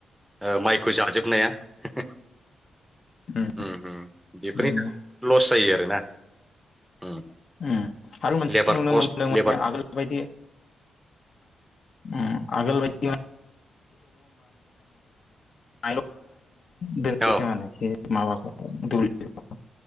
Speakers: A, in the centre; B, on the left.
A: ओ माइखौ जाजोबनाया उम
B: उम
A: हम बेफोरनि
B: बिदिनो
A: <inaudible> लस जायो आरोना। उम
B: उम आरो मोनसे
A: लेबार
B: नुनो
A: कस्ट
B: मोनदों माने
A: लेबार
B: आगोल बायदि उम आगोल बायदि <inaudible> दोनोसै
A: औ
B: माने खे माबाखौ दुब्लिखौ